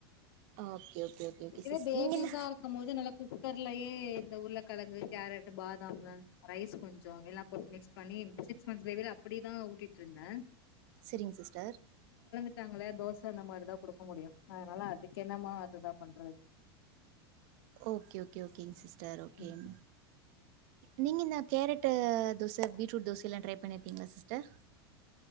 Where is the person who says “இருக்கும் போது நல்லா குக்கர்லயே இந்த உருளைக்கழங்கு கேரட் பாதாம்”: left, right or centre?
Left